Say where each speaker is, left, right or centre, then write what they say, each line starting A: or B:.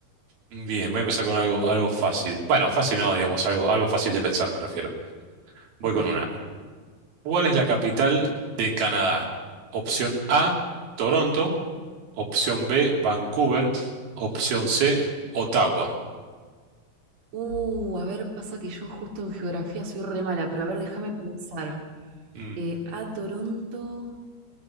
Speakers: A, on the right; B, on the right.
A: Bien, voy a empezar con algo, algo fácil. Bueno, fácil no, digamos, algo, algo fácil de pensar, me refiero. Voy
B: Ok.
A: con una. ¿Cuál es la capital de Canadá? Opción A, Toronto. Opción B, Vancouver. Opción C, Ottawa.
B: Uh, a ver, pasa que yo justo en geografía soy re mala, pero a ver, déjame pensar.
A: Mm,
B: Eh, a Toronto.